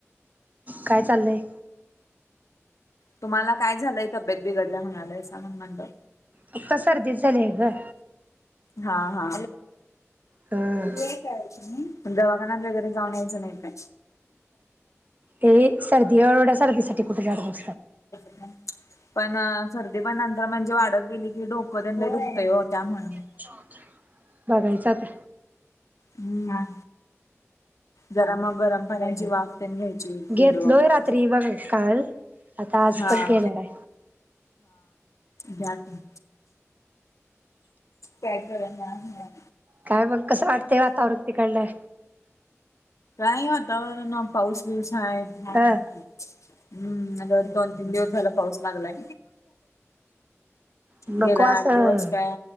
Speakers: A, on the right (about 35°); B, on the left (about 85°).
A: काय चाललंय?
B: तुम्हाला काय झालंय तब्येत बिघडल्या म्हणालयसा म्हणून म्हटलं?
A: फक्त सर्दीच झाली ये ग.
B: हां हां,
A: हं
B: मग दवाखान्यात वगैरे जाऊन यायचं नाही काय?
A: ते सर्दी एवढ्या सर्दी साठी कुठे जात बसता?
B: <inaudible> पण अ सर्दी पण नंतर म्हणजे वाढत गेली की डोकं तेन लय दुखतंय वो त्यां म्हणून.
A: <inaudible> बघायच आता.
B: हम्म. जरा मग गरम पाण्याची वाफ तेन घ्यायची
A: घेतलोय
B: झेंदुबाम टाकून.
A: रात्री मग काल आता आज
B: हां
A: पण घेणार आहे
B: घ्या की. काय करना हं.
A: काय मग कसं वाटतंय वातावरण तिकडलं?
B: काय वातावरण पाऊस बीऊस हाय हम्म,
A: ह
B: दोन तीन दिवस झाला पाऊस लागलाय.
A: नको
B: गेल्या
A: असं
B: आड दिवस काय